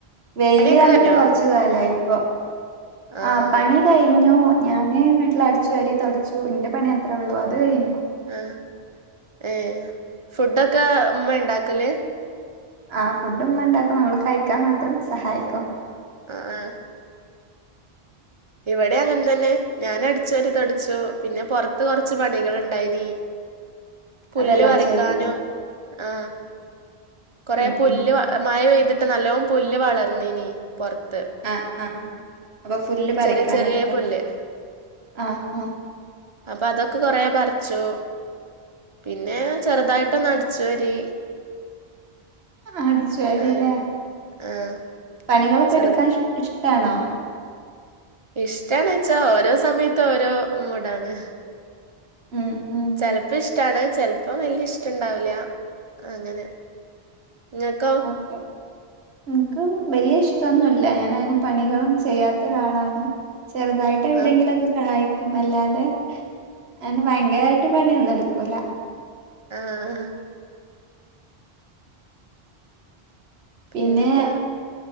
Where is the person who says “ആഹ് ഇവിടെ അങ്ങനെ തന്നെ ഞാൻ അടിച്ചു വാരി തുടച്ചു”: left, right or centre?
Right